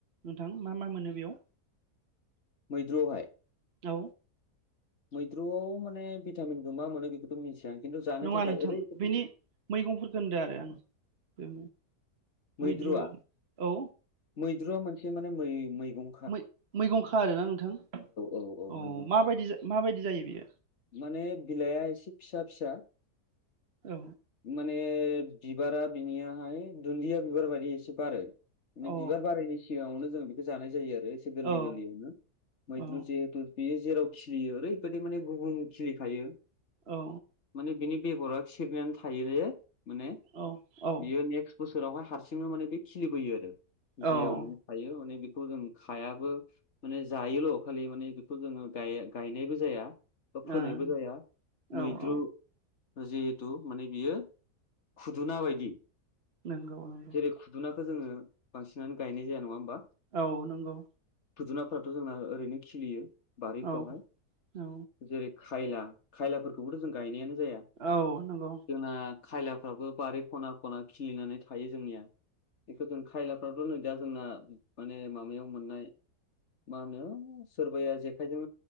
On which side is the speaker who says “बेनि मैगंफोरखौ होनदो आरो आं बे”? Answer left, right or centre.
Right